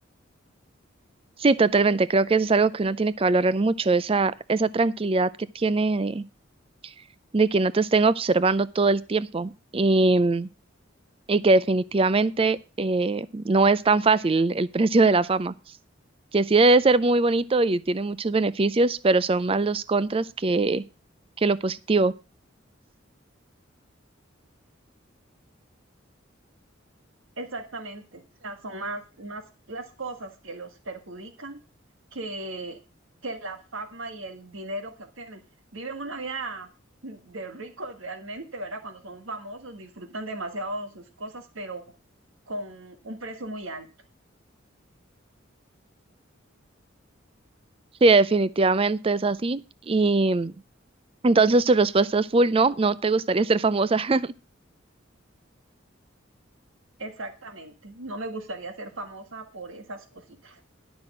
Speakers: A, on the right; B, on the right.
A: Sí, totalmente. Creo que eso es algo que uno tiene que valorar mucho, esa, esa tranquilidad que tiene de, de que no te estén observando todo el tiempo y, y que definitivamente eh, no es tan fácil el <laughs> precio de la fama, que sí debe ser muy bonito y tiene muchos beneficios, pero son más los contras que, que lo positivo.
B: Exactamente, o sea, son más, más las cosas que los perjudican que, que la fama y el dinero que obtienen. Viven una vida de ricos realmente, ¿verdad? Cuando son famosos, disfrutan demasiado de sus cosas, pero con un precio muy alto.
A: Sí, definitivamente es así. Y entonces tu respuesta es full, no, no te gustaría ser famosa. <laughs>
B: Exactamente, no me gustaría ser famosa por esas cositas.